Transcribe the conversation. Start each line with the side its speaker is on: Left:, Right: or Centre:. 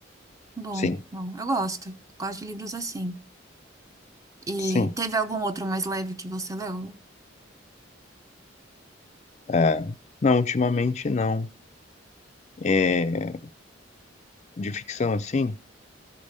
Right: Bom,
Left: Sim,
Right: bom, eu gosto. Gosto de livros assim. E
Left: sim.
Right: teve algum outro mais leve que você leu?
Left: É, não, ultimamente não. É, de ficção assim,